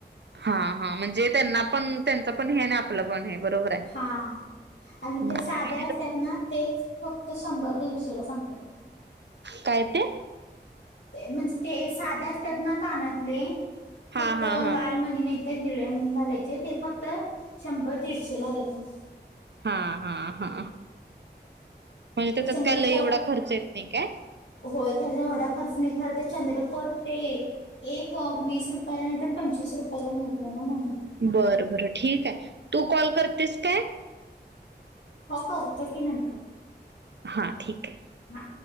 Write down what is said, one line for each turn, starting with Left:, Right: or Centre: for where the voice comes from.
Right: हा हा म्हणजे त्यांना पण त्यांच पण हे ना आपलं पण हे बरोबर आहे.
Left: हा आणि
Right: हम्म
Left: ते साध्या असतात ना तेच फक्त शंभर दीडशे ला सांगते
Right: काय ते
Left: म्हणजे ते साधे असतात ना कानातले
Right: हा
Left: फक्त
Right: हा हा
Left: लाल मणी नाहीतर हिरव्या मणी घालायचे ते फक्त शंभर दीडशे ला जाते
Right: हा हा हा म्हणजे त्याच्यात
Left: ते चंद्रकोर
Right: काय लय एवढा खर्च येत नाही काय
Left: होय त्याचा एवढा खर्च नही खरं तर चंद्रकोर ते एक वीस रुपयाला नाही तर पंचवीस रुपयाला मिळत ना म्हणून
Right: बर बरं ठीक आहे तू कॉल करतेस काय
Left: हो करते की नंतर
Right: हा ठीक ये
Left: हा